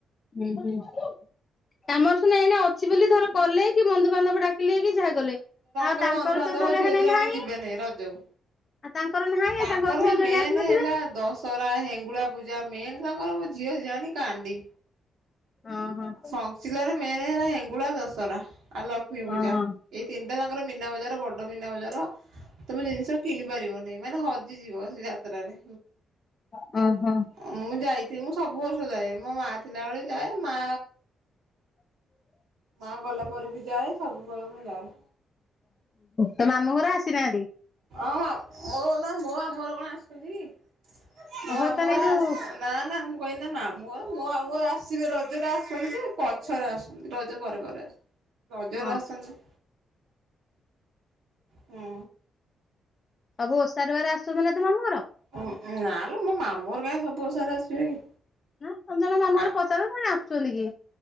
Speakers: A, on the left (about 40°); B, on the right (about 85°).
A: ହୁଁ ହୁଁ। ଆମର ସୁୁନା ଏଇଣେ ଅଛି ବୋଲି ଧର କଲେ କି ବନ୍ଧୁବାନ୍ଧବ ଡାକିଲେ କି ଯାହା କଲେ ଆଉ
B: ର
A: ତାଙ୍କର
B: ବନ୍ଧୁବାନ୍ଧ
A: ତ ଧର
B: ଝିଅ
A: ହେଣେ
B: ଝିଆଣି
A: ନାହିଁ
B: ଯିବେନି ରଜକୁ।
A: ଆଉ ତାଙ୍କର ନାହିଁ
B: ତାଙ୍କର
A: ଝିଅ
B: ଆ
A: ଝିଆଣି
B: ମେନ୍
A: ଆସିନଥିବେ
B: ହେଲା ଦଶ ସରା ହେଙ୍ଗୁଳା ପୂଜା ମେନ୍ ତାଙ୍କର ମୋ ଝିଅ ଝିଆଣୀ କାଣ୍ଡି।
A: ହଁ ହଁ।
B: ସନସିଲା ମେନ୍ ହେଲା ହେଙ୍ଗୁଳା ଦଶରା ଆଉ ଲକ୍ଷ୍ମୀ
A: ହଁ
B: ପୂଜା ଏଇ ତିନିଟା। ତାଙ୍କର ମିନା ବଜାର ବଡ ମିନା ବଜାର ତମେ ଜିନିଷ କିଣି ପାରିବନି ମାନେ ହ ଯିବ ସେ ଯାତ୍ରାରେ
A: ହଁ ହଁ।
B: ମୁଁ ଯାଇଥିଲି ମୁଁ ସବୁ ବର୍ଷ ଯାଏ ମୋ ମା ଥିଲାବେଳେ ଯାଏ ମା ମା ଗଲା ପରେ ବି ଯାଏ ସବୁବେଳେ ମୁଁ ଯାଏ।
A: ତ ମାମୁଁ ଘର ଆସିନାହାନ୍ତି?
B: ହଁ ମୋ ନା ମୋଆ ମୋର ମାମୁଁ କଣ ଆସୁଛନ୍ତି ମୋର
A: ଓହୋ
B: ମାମୁଁ
A: ତାହେଲେ
B: ଘର
A: ଏଇ ଯୋଉ
B: ଆସୁ ନା ନା ମୁଁ କହିନା ମାମୁ ଘର ଆସିବେ ରଜରେ ଆସୁି ଯେ ପଛରେ ଆସୁ ରଜ ପରେ ପରେ ଆସ ରଜରେ
A: ହଁ
B: ଆସନ୍ତି। ହୁଁ।
A: ସବୁ ଓସାରବାରେ ଆସୁଛନ୍ତି ନା ତୋ ମାମୁଁ ଘର?
B: ଉୁଁ ଉୁଁ ନାଲୋ ମୋ ମାମୁଁଘର ଗାଁ ସବୁ ଓଷାରେ ଆସିବେ କି?
A: ନା ସଞ୍ଜନା ମାମୁଁ
B: ଆ
A: ଘରେ ପଚାରୁଛନ୍ତିମୁଁ କହିଲି ଆସୁଚନ୍ତି କି?